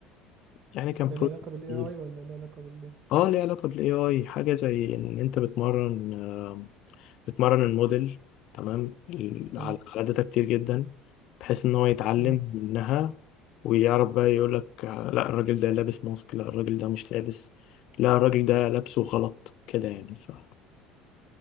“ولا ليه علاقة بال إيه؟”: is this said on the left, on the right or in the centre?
Right